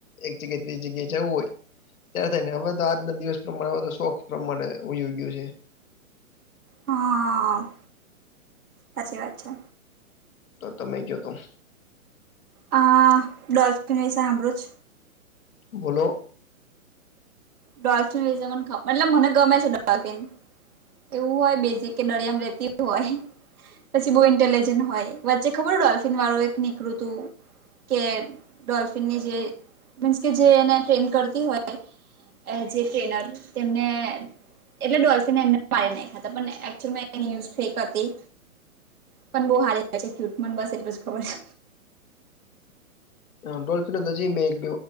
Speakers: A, on the left (about 70°); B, on the right (about 80°).
A: એક જગ્યા એ થી બીજી જગ્યાએ જવું હોય. ત્યારે તો હવે આજનો દિવસ રમાડવા નો શોખ રમવાનું ભૂલી ગયો છે.
B: હા. સાચી વાત છે.
A: તો તમે ગિયા તા
B: હા ડોલ્ફિન ની સામે જ
A: બોલો.
B: ડોલ્ફિન વિશે મન મતલબ મને ગમે છે ડોલ્ફિન. એવું હોય બેઝીક કે દરિયા માં વેહતી હોય. પછી બો ઇન્ટેલિજન્ટ હોય વચ્ચે ખબર ડોલ્ફિન વાળું એક નીકળુંતું કે ડોલ્ફિનની જે મીન્સ કેજે એને ટ્રેન કરતી હોય. એજે ટ્રેનર તેમે એટલે ડોલ્ફિને એમને પાડ નાંયખા તા પણ એક્ચૂલ માં એ ન્યૂઝ ફેક હતી. પણ બો હારી છે, ક્યુટ મન બસ એટલું જ ખબર.
A: ડોલ્ફને નજી એક